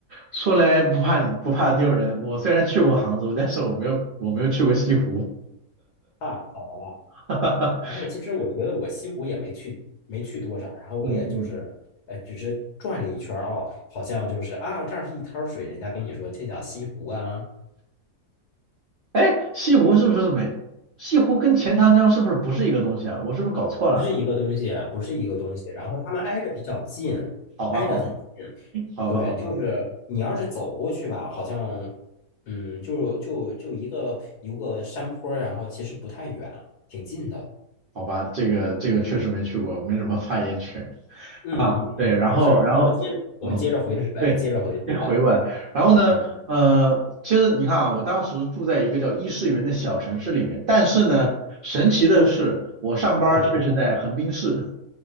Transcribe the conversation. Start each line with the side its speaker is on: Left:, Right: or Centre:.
Right: 出来不怕你不怕丢人，我虽然去过杭州，但是我没有我没有去过西湖。
Left: 啊，好的吧。
Right: <laughs>
Left: 然后其实我觉得我西湖也没去，没去多少。然后我也就是，
Right: 嗯嗯。
Left: 呃，只是转了一圈儿哦，好像就是啊，这儿是一滩水，人家跟你说这叫西湖啊，
Right: 哎，西湖是不是没？西湖跟钱塘江是不是不是一个东西啊？我是不是搞错了？
Left: 不是一个东西，不是一个东西。然后他们挨着比较近，
Right: 好吧，
Left: 挨着很近。
Right: 好吧，好吧，
Left: 对，
Right: 好吧，
Left: 就是你要是走过去吧，好像，嗯，就就就一个一个山坡儿然后其实不太远，挺近的。
Right: 好吧，这个这个确实没去过，没什么发言权
Left: 嗯嗯嗯，
Right: 啊。对，然后然后，
Left: 没事儿。然后接我们接着回日本，
Right: 嗯，对，
Left: 接着回日本。
Right: 这回来。然后呢，
Left: 嗯
Right: 呃，其实你看啊，我当时住在一个叫伊势园的小城市里面，但是呢，
Left: 嗯，
Right: 神奇的是，我上班儿却是在横滨市。
Left: 怎么了？